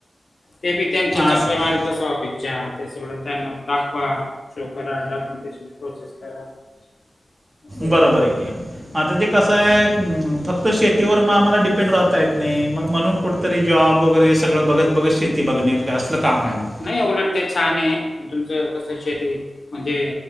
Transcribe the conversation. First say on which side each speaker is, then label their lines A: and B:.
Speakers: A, on the left (about 65°); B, on the right (about 25°).
A: ते बी त्यांच्या चकरा
B: असं
A: मारीत बसा ऑफीसच्या ते सोडून त्यांना दाखवा, शो करा, डॉक्युमेंटेशनची प्रोसेस करा असं आहे
B: बरोबर हाय की, आता ते कसाय अ फक्त शेतीवर म आम्हाला डिपेंड राहतायेत नई मग म्हणून कुठंतरी जॉब वगैरे सगळं बघत बघत शेती बघणे असलं काम आहे मग?
A: नाई उलट ते छान ये, तुमचं कस शेती म्हणजे